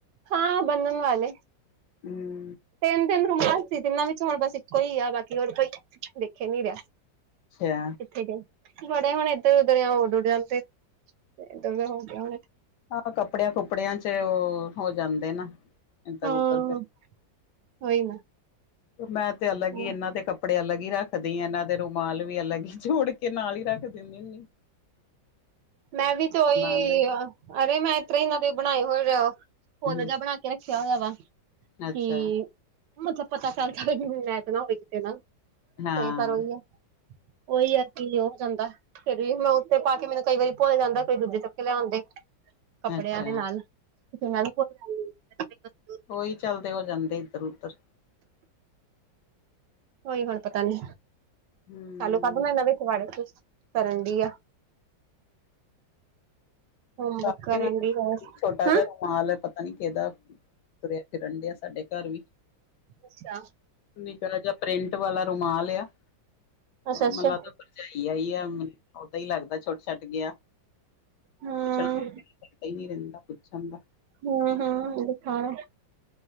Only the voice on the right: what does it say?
ਹਾਂ ਬੰਨਣ ਵਾਲੇ।
ਤਿੰਨ-ਤਿੰਨ ਰੁਮਾਲ ਸੀ ਤਿੰਨਾਂ ਵਿਚੋਂ ਹੁਣ ਬਸ ਇਕ ਕੋ ਈ ਆ ਬਾਕੀ ਹੋਰ ਕੋਈ ਦਿਖ ਈ ਨੀ ਰਿਹਾ।
ਕਿੱਥੇ ਗਏ। ਬੜੇ ਹੁਣ ਇੱਧਰ ਉਧਰ ਜਾਂ ਉਡ ਉੱਡ ਜਾਂਦੇ, ਇਧਰ ਉਧਰ ਹੋ ਗਏ ਹੋਣੇ।
ਹਾਂ ਉਹੀ
ਨਾ
ਮੈਂ ਵੀ ਤੇ ਓਹੀ
ਆ ਅਰੇ ਮੈਂ ਈ ਤਰਾ ਏਨਾ ਦੇ ਬਣਾਏ ਹੋਏ, ਫੁੱਲ
ਜਾ ਬਣਾ ਕੇ ਰੱਖਿਆ ਹੋਇਆ ਵਾ। ਕੀ,
ਮਤਲਬ ਪਤਾ ਚੱਲਦਾ ਈ ਨੀ ਵੀ ਮੈਚ ਨਾ ਹੋਵੇ। ਏ ਨਲ਼
ਏ ਪਰ ਓਈ ਐ ਓਈ ਆ ਕੀ ਹੋ ਜਾਂਦਾ ਫੇਰ ਵੀ ਵਲੋਗ ਤੇ ਪਾ ਕੇ ਮੈਨੂੰ ਕਈ ਵਾਰੀ ਭੁੱਲ ਜਾਂਦਾ ਕਈ ਦੂਜੇ ਚਕ ਕੇ ਲੈ ਆਉਂਦੇ। ਕੱਪੜਿਆਂ
ਦੇ ਨਾਲ ਓ ਤੇ ਮੈਂ ਵੀ ਕੋਈ ਨੀ ਪਾਂਦੀ। <unintelligible>
<inaudible> ਕੋਈ ਹਰਕਤਾਂ ਨੀ
ਨਾਲ਼ੇ ਕੱਢ ਨਾ ਲਵੇ ਪੁਆੜੇ <unintelligible> ਕਰਨ ਡੀ ਆ। ਹੋਮਵਰਕ
ਕਰਨ
ਦੀ ਬਸ
ਹੂੰ
ਅੱਛਾ।
ਅੱਛਾ
ਹੂੰ
ਹੂੰ ਹੂੰ ਦਿਖਾਣਾ